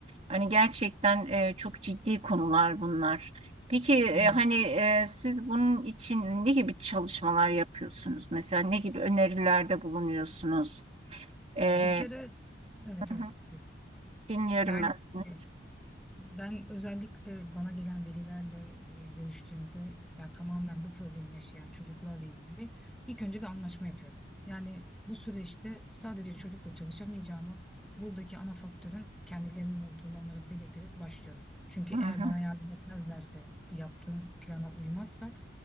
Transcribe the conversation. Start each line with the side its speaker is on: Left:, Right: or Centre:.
Right: Hani gerçekten e, çok ciddi konular bunlar. Peki e,
Centre: Evet.
Right: hani e, siz bunun için ne gibi çalışmalar yapıyorsunuz? Mesela ne gibi önerilerde bulunuyorsunuz? E,
Centre: Ya bir kere evet
Right: hı
Centre: evet.
Right: hı,
Centre: buyurun.
Right: dinliyorum
Centre: Yani
Right: ben sizi.
Centre: e, ben özellikle bana gelen velilerle e, görüştüğümde ya tamamen bu problemi yaşayan çocuklarla ilgili ilk önce bir anlaşma yapıyorum. Yani bu süreçte sadece çocukla çalışamayacağımı, buradaki ana faktörün kendilerinin olduğunu onlara belirterek başlıyorum. Çünkü
Right: Hı
Centre: eğer
Right: hı,
Centre: bana yardım etmezlerse, bu yaptığım plana uymazsak